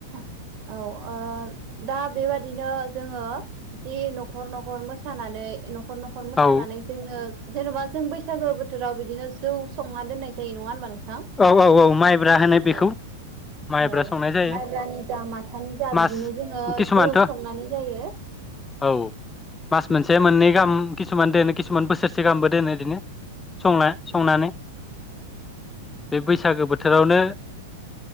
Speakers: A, on the right; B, on the left.
A: औ ओ दा बेबादिनो जोङो जि न'खर न'खर मोसानानै‌‌ न' खर न'खर मोसानानै
B: औ
A: जोंनो। जेनेबा जों बैसागो बोथोराव बिदिनो जौ। संना दोननाय जायो नंङा होनबा नोंथां
B: औ औ औ माइब्रा होनो
A: अ
B: बेखौ माइब्रा
A: औ
B: संनाय जायो
A: माइब्रानि जा माथानि जा
B: मास
A: बिदिनो जोंङो
B: किसुमानथ'
A: जौ संनानै जायो
B: औ मास मोनसे मोननै गाहाम किसुमान दोनो सुमान बोसोरसे गाहामबो दोनो बिदिनो सं संनानै बे बैसागो बोथोरावनो